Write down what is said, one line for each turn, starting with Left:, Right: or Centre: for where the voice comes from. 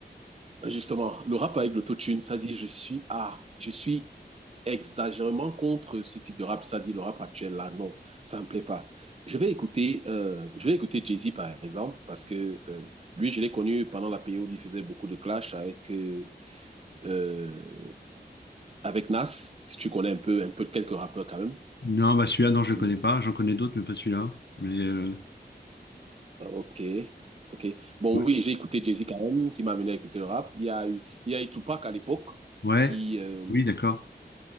Right: Justement, le rap avec l'autotune, ça dit, je suis, ah, je suis exagérément contre ce type de rap, ça dit le rap actuel, là, non, ça me plaît pas. Je vais écouter, euh, je vais écouter Jay-Z, par exemple, parce que euh, lui, je l'ai connu pendant la période où il faisait beaucoup de clash avec euh, euh, avec Nas, si tu connais un peu, un peu quelques rappeurs quand même.
Left: Non, bah celui-là, non, je
Right: Euh,
Left: le connais
Right: oui.
Left: pas. J'en connais d'autres, mais pas celui-là. Mais euh,
Right: ah, ok, ok. Bon,
Left: ouais,
Right: oui, j'ai écouté Jay-Z quand même, qui m'a amené à écouter le rap. Il y a eu, il y a eu Tupac à l'époque,
Left: ouais.
Right: qui, euh,
Left: oui, d'accord.